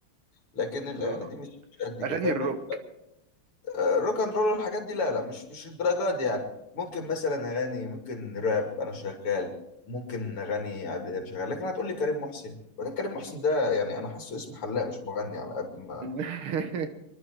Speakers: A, on the left; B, on the right.
A: لكن الاغاني
B: اه
A: دي مش مش قد
B: اغاني
A: كده فاهم
B: الروك
A: يعني روك اند رول والحاجات دي لا لا مش مش الدرجات دي يعني ممكن مثلا اغاني ممكن راب انا شغال ممكن اغاني عادي انا شغال لكن هتقول لي كريم محسن وبعدين كريم محسن ده يعني انا حاسه اسم حلاق مش مغني على قد ما
B: <laughs>